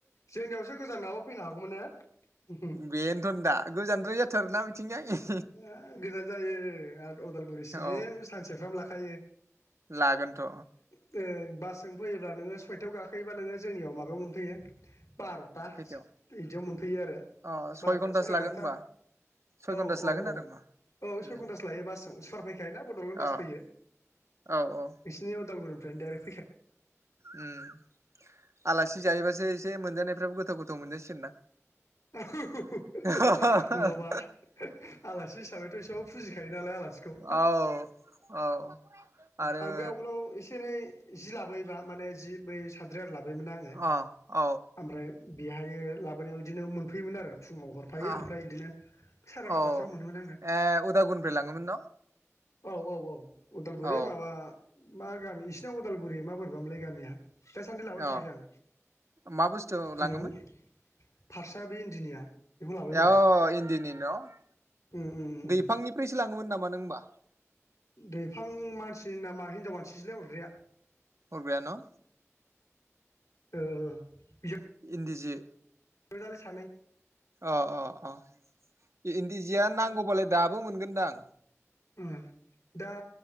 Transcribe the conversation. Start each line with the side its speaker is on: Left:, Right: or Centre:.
Left: जोंनियावसो गोजान नाव फैनो हागौमोन ने ओ
Right: बेनथ'न दा गोजानद्राय जाथारो ना थिंगाय <unintelligible>
Left: ओ गोजान जायो आद अदालगुरिसिम
Right: औ
Left: सानसेफ्राम लाख खायो
Right: लागोनथ'
Left: ओं बासजों फैयोब्ला नोङो सयथायाव गाखोयोबा नोङो जोंनियाव माबायाव मोनफैयो बार'था
Right: खैथायाव
Left: सा इदियाव मोनफैयो आरो
Right: अ सय
Left: बार'था
Right: घन्टासो
Left: साराय
Right: लागोन
Left: बार'था
Right: होनबा सय
Left: औ
Right: घन्टासो
Left: औ
Right: लागोन
Left: औ
Right: आरो होमबा
Left: औ सय
Right: उम
Left: घन्टासो लायो बासजों सर खायो ना बड'लेण्ड बास
Right: अ
Left: फैयो
Right: औ औ
Left: नोंसिनि उदालगुरि <unintelligible>
Right: उम आलासि जायोबासो एसे मोनजानायफ्राबो गोथाव गोथाव मोनजासिगोन ना
Left: <unintelligible>
Right: औ
Left: नङाबा आलासि हिसाबैथ' एसेबाबो फुजिखायो नालाय आलासिखौ
Right: औ औ आरो
Left: आं बे आवगोलाव एसे एनै जि लाबोयोबा माने जि बै सानद्रि आरो लाब बायमोन ना आङो
Right: अ औ
Left: आमफ्राय बेहायो लाबोनायाव दिनो मोनफैयोमोन आरो फुङाव हरफायो
Right: अ
Left: आमफ्राय इदिनो साराय बार'थासोआव
Right: औ
Left: मोनोमोन आंनो
Right: ए उदालगुरिनिफ्राय लाङोमोन न'
Left: औ औ औ उदालगुरि
Right: औ
Left: माबा मा गामि इसिरनाव उदालगुरि मा बोरैबा मोनलाय गामिया दासान्दि लाबोथाराखै
Right: औ
Left: आं
Right: मा बुस्थु लाङोमोन
Left: न'आवनो फारसा बे इन्दिनिया बेखौ लाबोयोमोन
Right: अ
Left: आं
Right: इन्दिनि न'
Left: उम उम उम
Right: दैफांनिफ्राय मिथिलाङोमोन नामा नों होनबा
Left: दैफां मानसि नामा हिनजाव मानसिसोलाय हरग्राया
Right: हरग्राया न
Left: ओ ओ ओ
Right: इन्दि जि
Left: सदालि सानै
Right: अ अ अ इन्दि जिया नांगौबालाय दाब दाबो मोनगोनदां
Left: उम दा